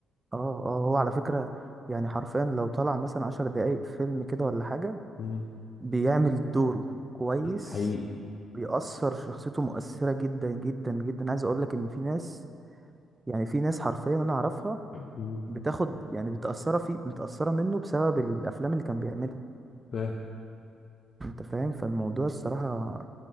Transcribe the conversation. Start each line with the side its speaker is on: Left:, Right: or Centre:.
Right: اه اه هو على فكرة يعني حرفيا لو طلع مثلا عشر دقايق فيلم كده ولا حاجة
Left: مم.
Right: بيعمل دوره كويس
Left: حقيقي
Right: بيأثر شخصيته مؤثرة جدا جدا جدا عايز اقول لك ان في ناس يعني في ناس حرفيا انا اعرفها
Left: مم.
Right: بتاخد يعني بتأثرة فيه متأثرة منه بسبب الأفلام اللي كان بيعملها
Left: فاهم
Right: أنت فاهم فالموضوع الصراحة